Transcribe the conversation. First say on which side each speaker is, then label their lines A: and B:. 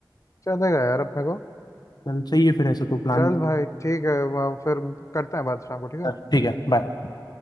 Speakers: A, on the left (about 40°); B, on the left (about 60°).
A: चलेगा यार अपने को
B: चल सही है फिर ऐसे तो प्लान
A: चल भाई ठीक है वहाँ फिर करते हैं बात शाम को ठीक है
B: हाँ, ठीक है बाय